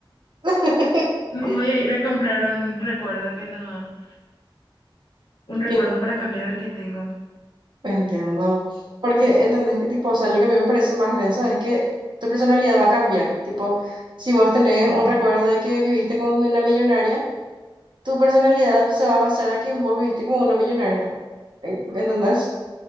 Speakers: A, on the right (about 60°); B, on the left (about 65°).
A: <laughs>
B: me voy a ir a comprar un recuerdo que no, un recuerdo
A: Que
B: para cambiar el que tengo.
A: Entiendo. Porque entendés que tipo, o sea, lo que a mí me parece más denso es que tu personalidad va a cambiar. Tipo, si vos tenés
B: Sí,
A: un recuerdo de que viviste como una millonaria, tu personalidad se va a basar a que vos viviste como una millonaria. En- ¿Entendés?